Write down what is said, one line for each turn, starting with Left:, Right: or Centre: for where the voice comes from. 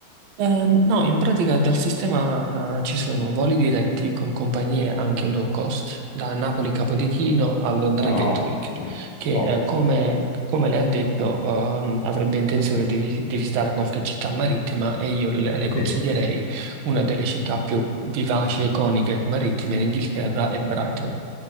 Right: Eh, no, in pratica dal sistema eh, ci sono voli diretti con compagnie anche low cost da Napoli Capodichino a Londra
Left: Ah, no,
Right: Gatwick,
Left: ottimo.
Right: che
Left: Ottimo,
Right: eh, come, come le ha detto ehm, avrebbe intenzione di, vi- di visitare qualche città marittima e io le, le consiglierei
Left: sì.
Right: una delle città più vivaci e iconiche marittime in Inghilterra è Brighton